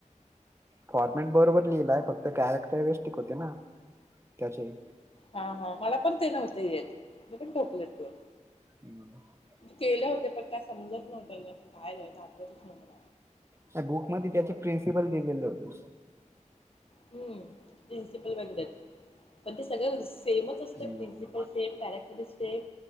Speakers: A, on the right (about 20°); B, on the left (about 45°).
A: फॉर्मेट बरोबर लिहिलाय फक्त कॅरेक्टरस्टिक होते ना. त्याचे
B: हा हा मला पण ते नव्हते येत मी पण ठोकलेत ते.
A: ह <inaudible>
B: केले होते पण काय समजत नव्हतंं काय लिहायच आठवतच नव्हत.
A: त्याबुक मध्ये त्याचे प्रिन्सिपल दिलेले होते.
B: हम्म प्रिन्सिपल वगैरे पण ते सगळं सेमच असते
A: <inaudible> हम्म.
B: प्रिन्सिपल सेम कॅरेक्टर सेम